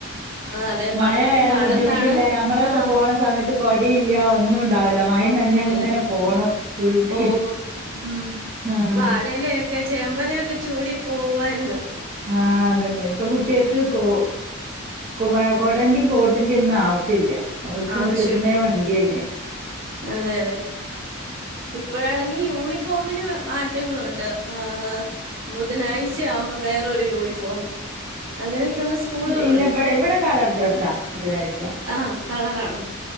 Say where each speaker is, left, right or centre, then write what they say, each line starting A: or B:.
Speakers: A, on the right; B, on the right.
A: ആഹ് അതെ
B: മഴയാലും
A: പണ്ടൊക്കെ നടന്നാണ്
B: ബുദ്ധിമുട്ടില്ല ഞമ്മളൊക്കെ
A: ആഹ്
B: പോണ സമയത്ത് കൊടയില്ല ഒന്നും ഉണ്ടാവില്ല മഴ
A: ഒന്നുമില്ല
B: നനഞ്ഞങ്ങനെ പോണം സ്കൂൾക്ക്
A: പോകും ഉം
B: ആഹ്.
A: വാഴയിലയൊക്കെ ഒക്കെ ചേമ്പലയൊക്കെ ചൂടി പോവായിരുന്നു
B: ആ അതന്നെ ഇപ്പൊ കുട്ടികൾക്ക് കോ വ കുടേന്റെയും കോട്ടിന്റെയും ഒന്നും ആവശ്യമില്ല അവർക്ക്
A: ആവശ്യമില്ല
B: മുറ്റത്തൂന്നേ വണ്ടി തന്നേ
A: അതെ അതെ ഇപ്പഴാണെങ്കിൽ യൂണിഫോമിന് മാറ്റങ്ങളുണ്ട് ആ ബുധനാഴ്ചയാവുമ്പോ വേറൊരു യൂണിഫോം അങ്ങനെയൊക്കെയുള്ള സ്കൂളുകളുണ്ട്
B: ഇല്ല ഇവിടെ ഇവിടെ കളർ ഡ്രസ്സാ ബുധനാഴ്ച
A: ആ കളറാണോ